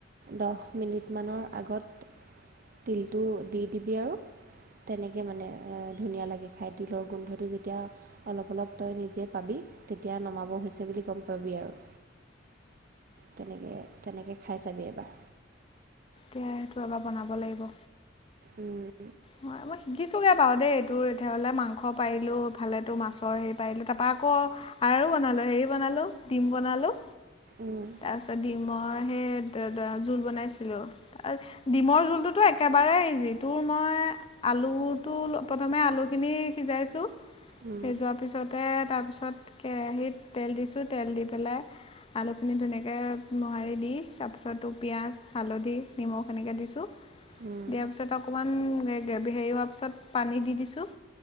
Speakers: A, on the right; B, on the left.
A: দহ মিনিটমানৰ আগত তিলটো দি দিবি আৰু, তেনেকে মানে ধুনীয়া লাগে খায়। তিলৰ গোন্ধটো যেতিয়া অলপ অলপ তই নিজে পাবি। তেতিয়া নমাব হৈছে বুলি গম পাবি আৰু। তেনেকে, তেনেকে খায় চাবি এবাৰ।
B: তিয়া হেতু এবাৰ বনাব লাগিব।
A: উম।
B: হয় মই শিকিছোঁগৈ বাৰু দেই এই তোৰ এতিয়া হলে মাংস পাৰিলোঁ, ইফালে তোৰ মাছৰ হেৰি পাৰিলোঁ, তাৰপৰা আকৌ আৰু বনালো হেৰি বনালো ডিম বনালো,
A: উম
B: তাৰপিছত ডিমৰ সেই- তে তে জোল বনাইছিলো, ডিমৰ জোলটোতো একেবাৰে ইজি, তোৰ মই- আলুটো প্ৰথমে আলুখিনি সিজাইছোঁ,
A: উম
B: সিজোৱাৰ পিছত- তাতে তাৰপিছত কেৰাহীত তেল দিছোঁ তেল দি পেলাই- আলুখিনি ধুনীয়াকৈ মোহাৰি দি তাৰপিছ তো পিঁয়াজ, হালধি, নিমখ এনেকে দিছোঁ-
A: উম
B: দিয়াৰ পিছত অকমান গ্ৰে হেৰি হোৱাৰ পিছত পানী দি দিছোঁ-